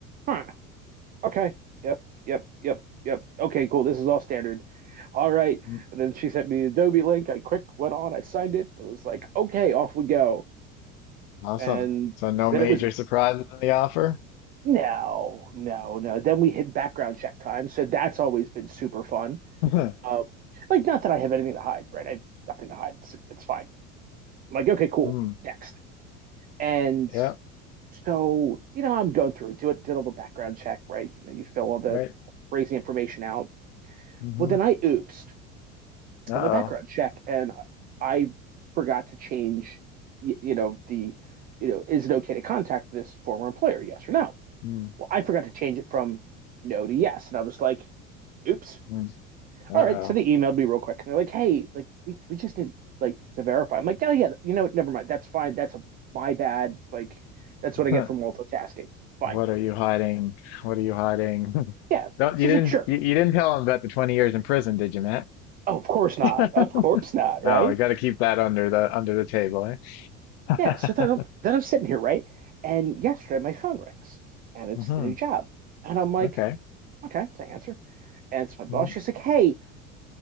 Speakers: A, on the right; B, on the left.
A: huh, okay, yep, yep, yep, yep. Okay, cool. This is all standard. All right.
B: Mm,
A: And then she sent me the Adobe link. I quick went on, I signed it. It was like, okay, off we go.
B: Awesome.
A: And
B: So no
A: then
B: major
A: it was
B: surprises in the offer?
A: no, no, no. Then we hit background check time. So that's always been super fun.
B: <laughs>
A: Um, like, not that I have anything to hide, right? I have nothing to hide. It's, it's fine. I'm like, okay, cool.
B: Hmm.
A: Next. And
B: Yeah,
A: so, you know, I'm going through, do it, did all the background check, right? You know, you fill all the
B: right.
A: crazy information out.
B: hmm
A: Well, then I oopsed
B: Uh-oh.
A: on the background check and I forgot to change, you, you know, the, you know, is it okay to contact this former employer? Yes or no?
B: Mm,
A: Well, I forgot to change it from no to yes. And I was like, oops,
B: mm, Uh-oh.
A: all right. So they emailed me real quick and they're like, hey, like we, we just need like to verify. I'm like, oh yeah, you know, never mind. That's fine. That's a, my bad. Like that's what
B: <laughs>
A: I get for multitasking. Fine.
B: What are you hiding? What are you hiding? <laughs>
A: Yeah.
B: Don't
A: So
B: you
A: I
B: didn't
A: was like, sure.
B: you, you didn't tell him about the 20 years in prison, did you, Matt?
A: Oh, of course not.
B: <laughs>
A: Of course not.
B: No,
A: Right.
B: we got to keep that under the under the table, eh?
A: Yeah. So then
B: <laughs>
A: I'm, then I'm sitting here, right? And yesterday my phone rings and it's
B: hmm
A: the new job. And I'm like,
B: Okay.
A: okay, So I answer. And it's my boss.
B: Mm,
A: She's like, hey,